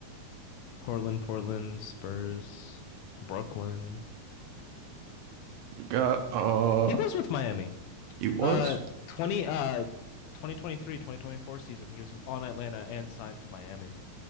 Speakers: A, on the left (about 80°); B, on the right (about 75°).
A: Portland, Portland, Spurs, Brooklyn.
B: You got uh,
A: He was with Miami.
B: he was?
A: Uh 20 uh 2023, 2024 season, he was on Atlanta and signed to Miami.